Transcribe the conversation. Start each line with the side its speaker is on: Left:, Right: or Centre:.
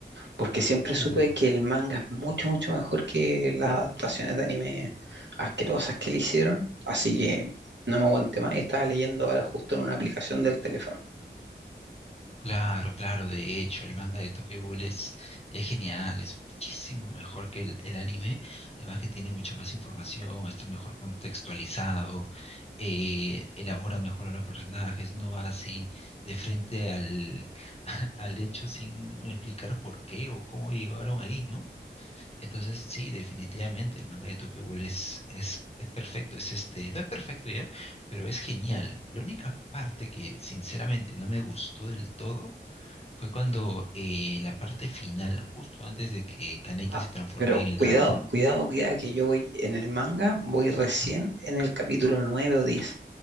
Right: porque siempre
Left: Uh,
Right: supe que el manga es mucho, mucho mejor que las adaptaciones de anime asquerosas que le hicieron. Así que no me aguanté más y estaba leyendo ahora justo en una aplicación del teléfono.
Left: claro, claro. De hecho, el manga de Tokyo Ghoul es, es genial, es muchísimo mejor que el, el anime. Además que tiene mucha más información, está mejor contextualizado, eh, elabora mejor a los personajes, no va así de frente al, <laughs> al hecho sin explicar por qué o cómo llegaron ahí, ¿no? Entonces, sí, definitivamente, el manga de Tokyo Ghoul es, es, es perfecto, es este, no es perfecto ya, pero es genial. La única parte que sinceramente no me gustó del todo fue cuando eh, la parte final, justo antes de que Kaneki
Right: Ah,
Left: se transforme
Right: pero
Left: en el
Right: cuidado,
Left: dragón.
Right: cuidado, cuidado, que yo voy en el manga, voy recién en el capítulo nueve o diez